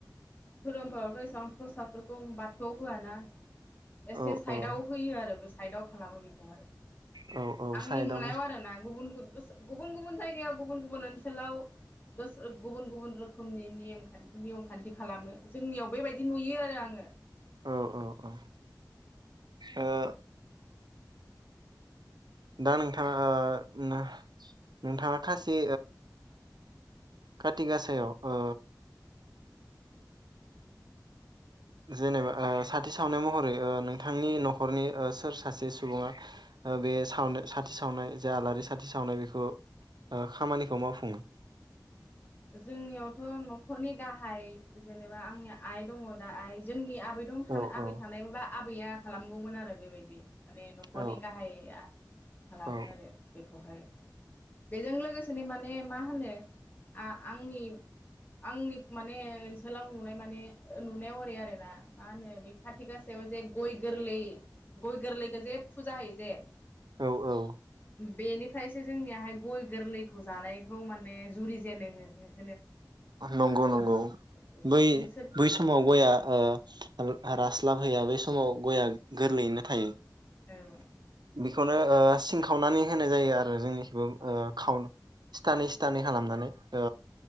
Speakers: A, on the left; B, on the right.
A: धोरोमफोरावथ' एसेबां प्रसादफोरखौ बाथौआव होआ ना
B: औ
A: एसे
B: औ
A: साइदाव
B: औ
A: होयो आरो गो साइडआव खालामो बेखौहाय
B: औ औ
A: आंनि
B: साइदआवनो
A: नुनायाव आरो ना गुबुन गु गोसो गुबुन गुबुन जायगायाव गुबुन गुबुन ओनसोलाव दस गुबुन गुबुन रोखोमनि निम खान नियम खान्थि खालामो जोंनियाव बेबायदि नुयो आरो आङो
B: औ औ औ ओ दा नोंथाङा ओ नोंथाङा खासि काथि गासायाव ओ जेनेबा ओ साथि सावनाय महरै ओ नोंथांनि न'खरनि ओ सोर सासे सुबुङा ओ बे सावनो साथि सावनाय जा आलारि साथि सावनाय बेखौ ओ खामानिखौ मावफुङो
A: जोंनियावथ' न'खरनि गाहाय जेनेबा आंनि आइ दङ दा आइ जोंनि आब आबै दं
B: औ
A: आबै
B: औ
A: थानायमोनबा आबैया खालामगौमोन आरो बेबायदि माने न'खरनि
B: औ
A: गाहाया खालामो
B: औ
A: आरो बेखौहाय बेजों लोगोसेनो माने मा होनो आ आंनि आंनि माने ओनसोलाव नुनाय माने ओ नुनायाव ओरै आरोना मा होनो बे खाथि गासायाव जे गय गोरलै गय गोरलैखौ जे फुजा होयो जे
B: औ औ
A: बेनिफ्रायसो जोंनियाहाय गय गोरलैखौ जानायखौ माने जुरि जेनो हो हो
B: नंगौ नंगौ
A: औ
B: बै
A: नोंसोर
B: बै समाव गया ओ रास्लाब होया बै समाव गया गोरलैयैनो थायो
A: औ
B: बेखौनो ओ सिं खावनानै होनाय जायो आरो जोंनिखौबो ओ खाव सिथानै सिथानै खालामनानै ओ